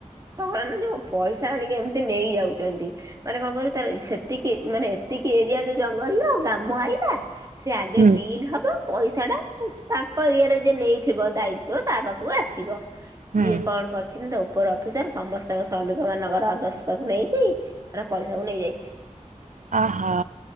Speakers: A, on the right; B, on the right.
A: କଣ ନା ଯୋଉ ପଇସା ହେରିକ ଏମିତି ନେଇଯାଉଛନ୍ତି। ମାନେ କଣ କହିଲୁ ତାର ସେତିକି ମାନେ ଏତିକି ଏରିଆ ଯୋଉ ଜଙ୍ଗଲର କାମ ଆଇଲା। ସେ ଆଗେ
B: ହୁଁ
A: ବିଲ୍ ହବ ପଇସା ଟା ତାଙ୍କ ଏରିଆରେ ଜେ ନେଇଥିବ ଦାୟିତ୍ଵ ତା ପାଖକୁ ଆସିବ,
B: ହୁଁ
A: ଇଏ କଣ କରିଛି ନା ଦ ଅଫିସର ସମସ୍ତଙ୍କ ଶ୍ରମିକ ମାନଙ୍କର ଦଶଖତ ନେଇକି ତାର ପଇସା କୁ ନେଇଯାଇଛି।
B: ଆହା।